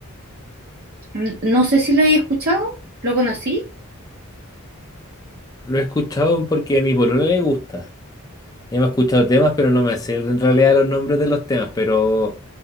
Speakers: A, on the right (about 45°); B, on the left (about 15°).
A: N- No sé si lo he escuchado, ¿lo conocí?
B: Lo he escuchado porque a mi polola le gusta. Ya me he escuchado temas, pero no me sé en realidad los nombres de los temas. Pero,